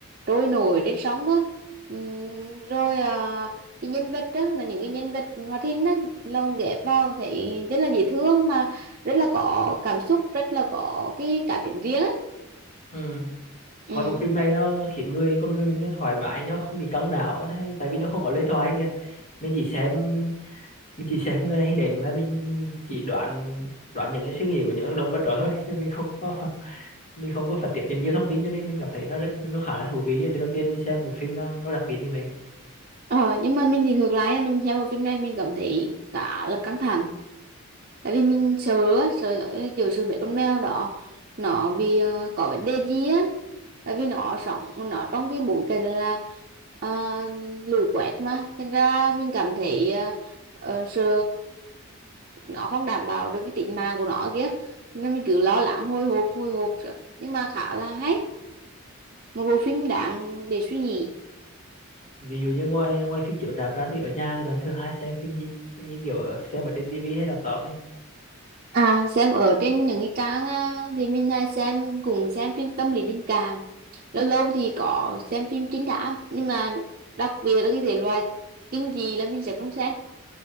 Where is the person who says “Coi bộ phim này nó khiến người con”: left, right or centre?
Left